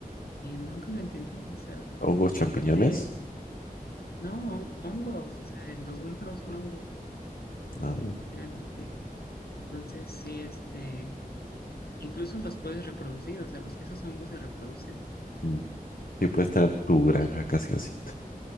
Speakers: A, on the left; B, on the left.
A: Y nunca lo entendí, o sea,
B: ¿Hongos champiñones?
A: y aparte, no, hon- hongos, o sea, los búlgaros son hongos,
B: No.
A: literalmente. Entonces, sí, este, incluso los puedes reproducir, o sea, los, esos hongos se reproducen,
B: Mm.
A: o sea,
B: Sí, puedes tener tu granja casi casi.